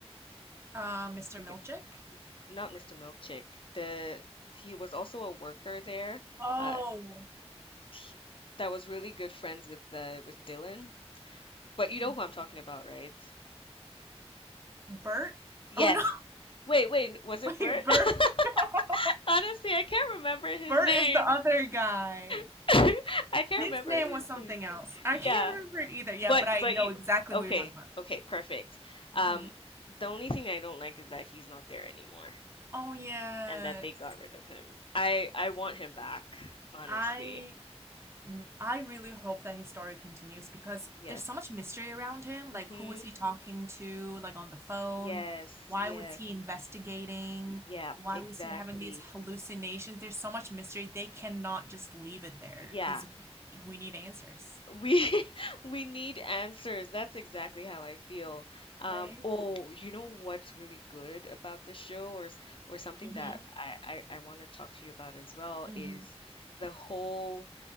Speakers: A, on the right; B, on the left.
A: Uh, Mr.
B: The
A: Milchick?
B: g- not Mr. Milkchick. The he was also a worker there.
A: Oh.
B: Uh, he, that was really good friends with the with Dylan. But you
A: Mhm.
B: know who I'm talking about, right?
A: Bert?
B: Yes.
A: Oh no,
B: Wait, wait, was
A: <laughs>
B: it
A: wait,
B: Bert?
A: Bert. <laughs>
B: <laughs> Honestly, I can't remember his
A: Bert
B: name.
A: is the other guy.
B: <laughs> I can't
A: His
B: remember
A: name
B: his
A: was something
B: name.
A: else. I
B: Yeah.
A: can't remember it either. Yeah,
B: But
A: but I
B: but
A: know
B: you
A: exactly
B: okay,
A: who you're talking about.
B: okay, perfect.
A: Mhm.
B: Um, the only thing I don't like is that he's not there anymore
A: Oh yes.
B: and that they got rid of him. I I want him back, honestly.
A: I m- I really hope that his story continues because
B: Yes.
A: there's so much mystery around him.
B: Mm-hmm.
A: Like, who was he talking to, like on the phone?
B: Yes,
A: Why
B: yes.
A: was he investigating?
B: Yep,
A: Why
B: exactly.
A: was he having these hallucinations? There's so much mystery. They cannot just leave it there
B: Yeah.
A: because we we need answers.
B: We <laughs> we need answers. That's exactly how I feel. Um,
A: Right?
B: oh, you know what's really good about the show or s- or something
A: Mm-hmm.
B: that I I, I want to talk to you about as well
A: Mm-hmm.
B: is the whole